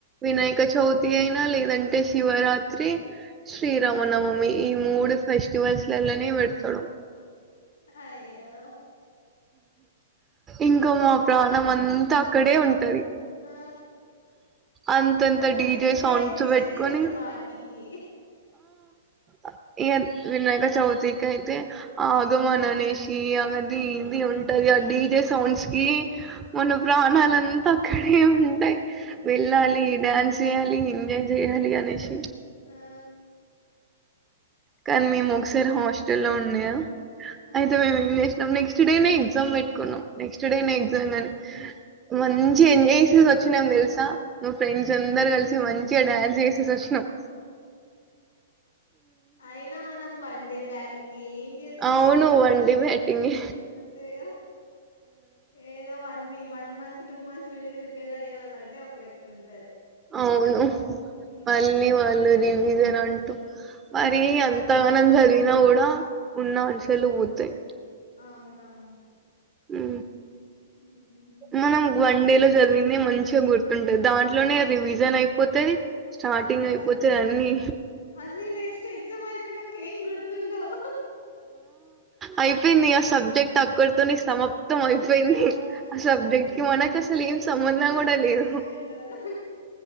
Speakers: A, on the right (about 20°); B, on the left (about 80°).
A: వినాయక చవితి అయినా లేదం టే శివరాత్రి శ్రీరామనవమి
B: ఆ
A: ఈ మూడు ఫెస్టివల్స్లానే పెడతడు
B: అయ్యో
A: ఇంక మా ప్రాణం అంతా అక్కడే ఉంటది
B: ఆ
A: అంతంత
B: మనం
A: డీజే
B: ఎంజాయ్
A: సౌండ్స్
B: చేసేదే
A: పెట్టుకొని
B: ఇదె వాటికి
A: ఆ ఇగ వినాయక చవితికి అయితే ఆగమన్అనేసి
B: ఆ
A: అది ఇ ఇది ఉంటది ఆ డీజే సౌండ్స్ కి మన
B: ఆ
A: ప్రాణాలు అంత అక్కడే ఉంటయ్ వెళ్ళాలి డ్యాన్స్ చేయాలి ఎంజాయ్ చేయాలి అనేశి
B: ఆ
A: కానీ మేము ఒకసారి హాస్టల్ ఉన్నయ
B: ఆ.
A: అయితే మేము ఏం చేసినం నెక్స్ట్ నెక్స్ట్ డేనే ఎగ్జామ్ పెట్టుకునం నెక్స్ట్ డేనే ఎగ్జామ్ అని మంచి ఎంజాయ్ చేసెసి ఓచ్ చ్చినం తెలుసా మా ఫ్రెండ్స్ అందరు కలిసి మంచి డాన్స్ చేసి వచ్చినం
B: అయిన మనం వన్ డే బ్యాటింగ్ ఏ
A: అవును
B: ఏం చదుతం
A: వన్డే బ్యాటింగే
B: అంతేగా ఏదో వన్ వి వన్ మంత్ టూ మంత్స్ నుండి ప్రిపేర్ అయ్యేలాంటే ఒక లెక్క ఉంటంది
A: అవును
B: ఉమ్
A: మళ్ళీ వాళ్ళు రివిజన్ అంటూ మరి
B: ఆ
A: అంతగనం చదివిన కూడ ఉన్న
B: ఆ
A: ఆన్సర్లు పొతయ్
B: అవునవును
A: ఉ
B: ఉమ్
A: మనం వన్ డే లో చదివింది మంచిగా గుర్తుంటది దాంట్లొనే రివిజన్ అయిపోతది స్టార్టింగ్
B: ఆ
A: అయిపొతది
B: అన్-
A: అన్నీ
B: మళ్ళీ నెక్స్ట్ ఎగ్జామ్ అయితేయ్ నాకు ఏం గుర్త్ ఉండవ్
A: అయిపొయింది ఆ సబ్జెక్ట్ అక్కడితొనె సమప్ మోత్తం అయిపోయింది.
B: ఆ
A: ఆ సబ్జెక్ట్
B: అంతే
A: కి మనక్ అసలు ఏం సంబంధం
B: సంబంధమే
A: కూడ లేదు
B: ఉండదు